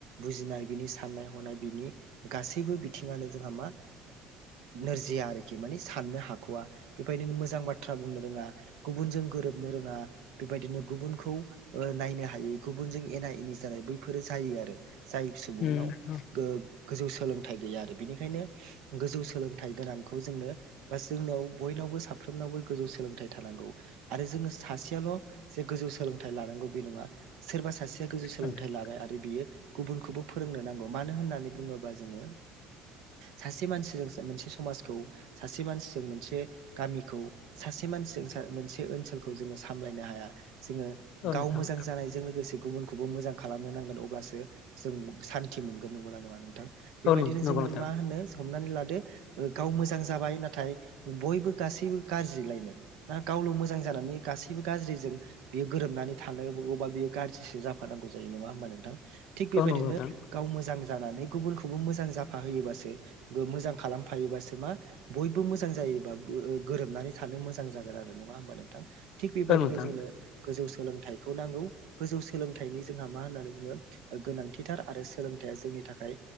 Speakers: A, on the right (about 75°); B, on the left (about 55°).
A: बुजिनाय बिनि साननाय हनाय बिनि गासैबो बिथिङानो जोंहा मा नोरजिया आरोखि माने साननो हाख'वा बेबायदिनो मोजां बाथ्रा बुंनो रोङा गुबुनजों गोरोबनो रोङा बेबायदिनो गुबुनखौ नायनो हायै गुबुनजों एना एनि जानाय बैफोरो जायो आरो जाय सुबुंनाव
B: उम
A: गोजौ सोलोंथाइ गैया आरो बेनिखायनो गोजौ सोलोंथाइ गोनांखौ जोंनो बा जोंनियाव बय साफ्रोमनावबो गोजौ सोलोंथाइ थानांगौ आरो जोङो सासेयाल' जे गोजौ सोलोंथाइ लानांगौ बे नङा सोरबा सासेया गोजौ सोलोंथाइ
B: औ नोंथां
A: लाबाय आरो बियो गुबुनखौबो फोरोंनो नांगौ मानो होननानै बुङोबा जोङो सासे मानसिजों मोनसे समाजखौ सासे मानसिजों मोनसे गामिखौ सासे मोनसे मानसिजों मोनसे ओनसोलखौ जोङो सामलायनो हाया दा जोङो
B: औ
A: गाव
B: नोंथां
A: मोजां जानायजों लोगोसे गुबुनखौबो मोजां खालामनो नांगोन अब्लासो जों सान्थि मोनगोन नंगौना नङा नोंथां बेबायदिनो
B: औ नंगौ
A: जोङो
B: नोंथां
A: मा होनो हमनानै लादो गाव मोजां जाबाय नाथाय बयबो गासैबो गाज्रिलायनाय ना गावल' मोजां जानानै गासैबो गाज्रिजों बेयो गोरोबनानै थानांगौबा बेयो गाज्रिसो जाफानांगौ जायो नङा होमबा नोंथां थिग बेबायदिनो
B: औ नंगौ नोंथां
A: गाव मोजां जानानै गुबुनखौबो मोजां जाफाहोयोबासो खालामफायोबासो मा बयबो मोजां गोरोबनानै थानो मोजां जागोन आरो नङा होनबा नोंथां थिग बेबायदिनो
B: औ नोंथां
A: जोंनो गोजौ सोलोंथाइखौ नांगौ गोजौ सोलोंथाइनि जोंहा मा होननानै बुङो गोनांथिथार आरो सोलों सोलोंथाइया जोंनि थाखाय